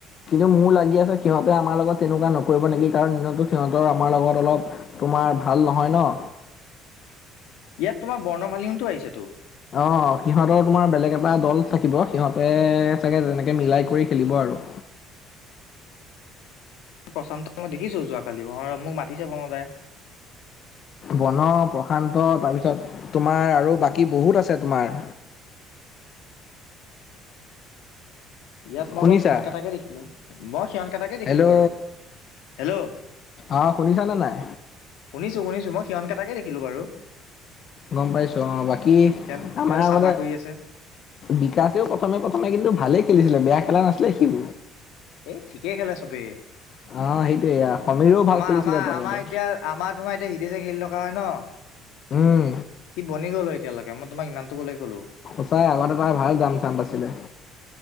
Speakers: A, on the left (about 45°); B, on the left (about 85°).
A: কিন্তু মোৰ লাগি আছে সিহঁতে আমাৰ লগত তেনেকুৱা নকৰিব নেকি কাৰণ দিনতো সিহঁতৰ আমাৰ লগত অলপ। তোমাৰ ভাল নহয় ন।
B: ইয়াত তোমাৰ বৰ্ণমালিনতো আহিছেতো।
A: অ' সিহঁতৰ তোমাৰ বেলেগ এটা দল থাকিব, সিহঁতে চাগে যেনেকে মিলাই কৰি খেলিব আৰু।
B: প্ৰশান্ত মই দেখিছো যোৱাকালি, হয় মোক মাতিছে মঙলবাৰে।
A: বন প্ৰশান্ত তাৰপিছত তোমাৰ আৰু বাকী বহুত আছে তোমাৰ।
B: ইয়াত মই
A: শুনিছা
B: বাৰু সিহত কিটাকে দেখিলো, মই সিহত কিটাকে দেখিলোঁ
A: হেল্ল'
B: বাৰু, হেল্ল'।
A: অঁ শুনিছানে নাই।
B: শুনিছো, শুনিছো, মই সিহত কেইটাকে দেখিলো বাৰু।
A: গম পাইছো অ, বাকী
B: সিহঁত
A: আমাৰ আগতে,
B: চাফা কৰি আছে
A: বিকাশেও প্ৰথমে প্ৰথমে কিন্তু ভালেই খেলিছিলে, বেয়া খেলা নাছিলে সিও।
B: এই ঠিকেই খেলে চবেই, আমাৰ
A: অ' সেইটোয়ে সমীৰেও ভাল খেলিছিলেতো
B: আমাৰ
A: আগতে।
B: আমাৰ এতিয়া আমাৰ তোমাৰ এতিয়া হিতেশ্বে খেলি থকা হয় ন।
A: উম,
B: সি বনি গল হয় এতিয়ালৈকে, মই তোমাক ইমানটো লৈকে ক'লো।
A: সঁচাই, আগতে তাৰ ভাল জাম চাম পাইছিলে।